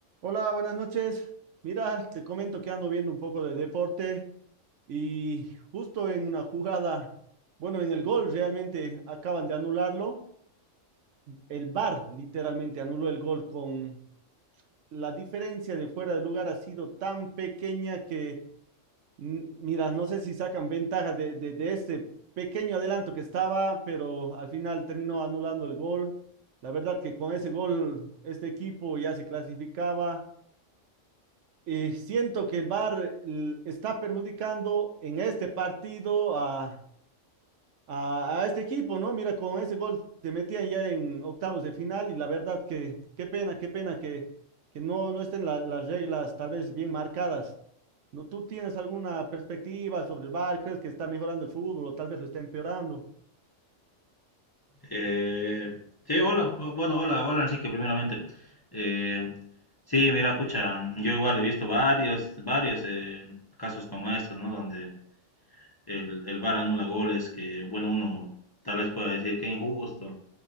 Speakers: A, on the right; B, on the left.
A: Hola, buenas noches. Mira, te comento que ando viendo un poco de deporte y justo en una jugada, bueno, en el gol realmente acaban de anularlo. El VAR literalmente anuló el gol con la diferencia de fuera de lugar ha sido tan pequeña que, mm, mira, no sé si sacan ventaja de, de, de este pequeño adelanto que estaba, pero al final terminó anulando el gol. La verdad que con ese gol este equipo ya se clasificaba. Y siento que el VAR l- está perjudicando en este partido a, a- a este equipo, ¿no? Mira, con ese gol se metían ya en octavos de final y la verdad que qué pena, qué pena que, que no, no estén la- las reglas tal vez bien marcadas. ¿No? ¿Tú tienes alguna perspectiva sobre el VAR? ¿Crees que está mejorando el fútbol o tal vez lo está empeorando?
B: Eh, sí, hola, o- bueno, hola, hola Enrique, primeramente. Eh, sí, mira, pucha, yo igual he visto varios, varios eh, casos como estos, ¿no? Donde el, el VAR anula goles que, bueno, uno tal vez pueda decir que injusto,